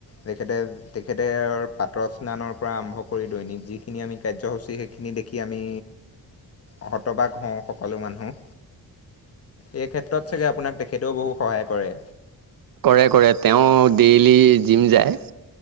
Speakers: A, on the left (about 40°); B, on the right (about 65°).
A: তেখেতে তেখেতে পাতৰ স্নানৰ পৰা আৰম্ভ কৰি দৈনিক যিখিনি আমি কাৰ্যসূচী দেখি দেখি আমি হ-হতবাগ হওঁ সকলো মানুহে। এই ক্ষেত্ৰত চাগে আপোনাক তেখেতেও বহু সহায় কৰে
B: কৰে কৰে তেওঁ ডেইলি জিম যায়।